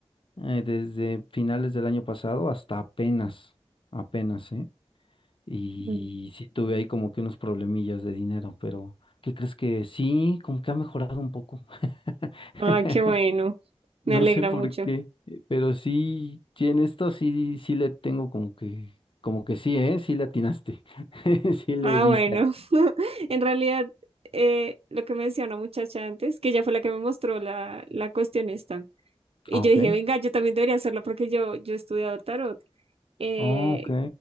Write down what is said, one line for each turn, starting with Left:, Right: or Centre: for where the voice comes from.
Left: eh, desde finales del año pasado hasta apenas, apenas, ¿eh? Y
Right: Mm.
Left: sí tuve ahí como que unos problemillas de dinero, pero ¿qué crees que sí? Como que ha mejorado un poco. <laughs>
Right: Ay, qué bueno, me
Left: No
Right: alegra
Left: sé por
Right: mucho.
Left: qué, eh, pero sí, sí, en esto sí, sí le tengo como que, como que sí, ¿eh? Sí le atinaste. <laughs> Sí le
Right: Ah,
Left: diste.
Right: bueno, <laughs> en realidad eh, lo que me decía una muchacha antes, que ella fue la que me mostró la, la cuestión esta, y
Left: Ah,
Right: yo
Left: ok.
Right: dije, venga, yo también debería hacerlo porque yo, yo he estudiado tarot. Eh,
Left: Ah, ok.